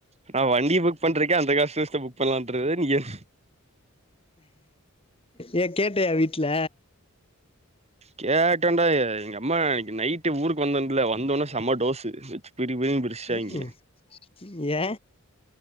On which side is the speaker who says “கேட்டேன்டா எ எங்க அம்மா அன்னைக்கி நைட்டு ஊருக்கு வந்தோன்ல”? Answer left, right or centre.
Right